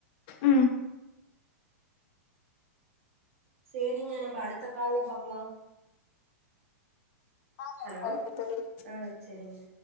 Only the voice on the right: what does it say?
சேரிங்க நம்ம அடுத்த கால்ல பாக்லா
ஹலோ
ஆ சேரிங்க